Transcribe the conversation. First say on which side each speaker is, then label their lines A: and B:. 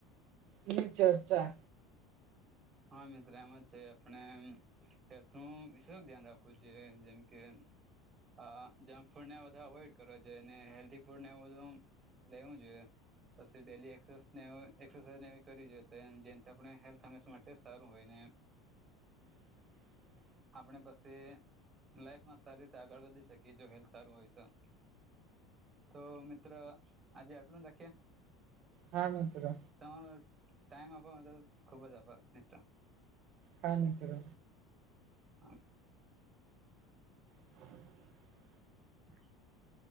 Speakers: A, on the right (about 45°); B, on the right (about 20°).
A: ની ચર્ચા.
B: હા મિત્ર એમાં છે આપણે હેું વિશે ધ્યાન રાખું છે જેમ કે હ જંક ફૂડ ને બધા અવોઈડ કરવા જોઈએ ને હેલ્ધી ફૂડ ને બધું લેવું જોઈએ. પછી ડેલી એને એક્સરસાઇઝ નેવી જોઈએ જેનેથી આપણે હેલ્થ હંમેશા માટે એ સારું હોય ને.
A: <inaudible>
B: આપણે પાસે લાઈફમાં સારી રીતે આગળ વધી શકીએ જો હેલ્થ સારું હોય તો. તો મિત્ર આજે આટલું રાખીએ?
A: હા મિત્ર.
B: તમારો ટાઈમ આપવા ખુબ જ આભાર મિત્ર.
A: હા મિત્ર.
B: હમ્મ.
A: <inaudible>
B: <inaudible>